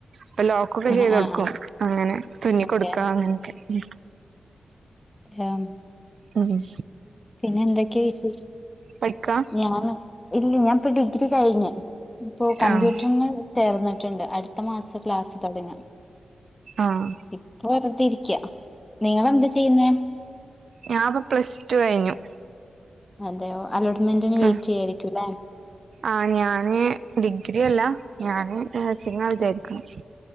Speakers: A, on the right; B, on the left.
A: പ്പ ലാേ ക്കൊക്കെ
B: ആഹ്
A: ചെയ്താെട്ക്കും
B: ആഹ്
A: അങ്ങെനെ തുന്നി
B: അതെ
A: കൊട്ക്കാ അങ്ങനെക്കെ ഉം
B: ആം
A: ഉം ഉം
B: പിന്നെ എന്തൊക്കെ വിശേഷ്
A: പഠിക്കാ
B: ഞാന് ഇല്ല ഞാൻ പ്പ ഡിഗ്രി കയ്ഞ്ഞ് ഞ്ഞ്പ്പോ കമ്പ്യൂട്ടർന്
A: ആഹ്
B: ചേർന്ന്ട്ട്ണ്ട് അട്ത്ത മാസാ ക്ലാസ് തൊട്ങ്ങാ
A: ആഹ്
B: ഇപ്പൊ വെർതിരിക്ക്യാ നിങ്ങളെന്താ ചെയ്യ്ന്നെ
A: ഞാപ്പം പ്ലസ്റ്റു കഴിഞ്ഞു
B: അതെയോ അലോട്ട്മെന്റിന്
A: ഉം
B: വെയ്റ്റെയ്യായിരിക്ക്യുലേ
A: ആഹ് ഞാന് ഡിഗ്രി അല്ലാ ഞാന് നഴ്സിംഗാ വിചാരിക്ക്ണ്